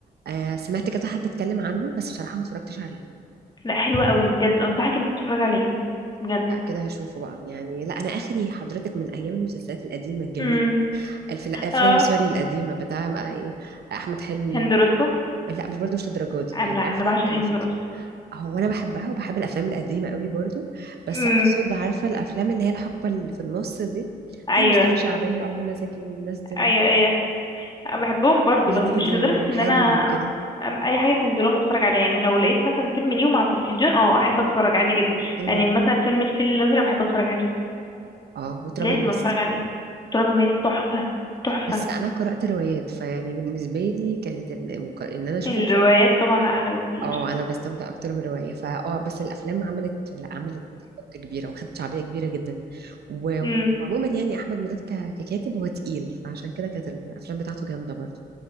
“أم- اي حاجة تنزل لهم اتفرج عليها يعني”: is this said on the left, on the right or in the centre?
Left